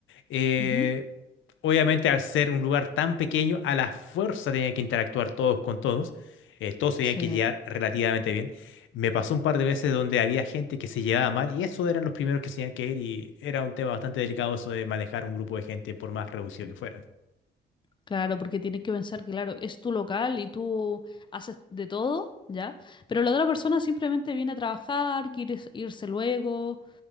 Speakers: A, on the left; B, on the left.
A: Eh,
B: ujú.
A: obviamente, al ser un lugar tan pequeño, a la fuerza tenían que interactuar todos con todos. eh, todos tenían
B: Sí.
A: que llegar relativamente bien. Me pasó un par de veces donde había gente que se llevaba mal y eso eran los primeros que se tenían que ir y era un tema bastante delicado eso de manejar un grupo de gente por más reducido que fuera.
B: Claro, porque tienes que pensar que, claro, es tu local y tú haces de todo, ¿ya? Pero la otra persona simplemente viene a trabajar, quiere s- irse luego.